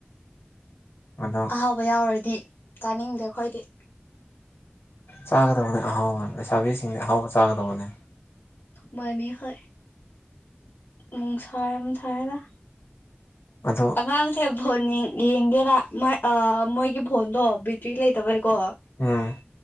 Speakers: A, on the left; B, on the left.
A: ꯑꯗꯣ
B: ꯑꯍꯥꯎꯕ ꯌꯥꯎꯔꯣꯏꯗꯤ ꯆꯥꯅꯤꯡꯗꯦ ꯑꯩꯈꯣꯏꯗꯤ
A: ꯆꯥꯒꯗꯕꯅꯤ ꯑꯍꯥꯎꯕ ꯂꯩꯁꯥꯕꯤꯁꯤꯡꯗꯤ ꯑꯍꯥꯎꯕ ꯆꯥꯒꯗꯕꯅꯦ꯫
B: ꯃꯥꯅꯦ ꯍꫭꯏ꯫ ꯅꯨꯡꯁꯥ ꯌꯥꯝ ꯁꯥꯑꯦꯗ꯫
A: ꯑꯗꯣ
B: ꯑꯉꯥꯡꯁꯦ ꯐꯣꯟ ꯌꯦꯡ ꯌꯦꯡꯒꯦꯅ ꯃꯥꯏ ꯑꯥ ꯃꯣꯏꯒꯤ ꯐꯣꯟꯗꯣ ꯕꯦꯇ꯭ꯔꯤ ꯂꯩꯇꯕꯩꯀꯣ꯫
A: ꯎꯝ꯫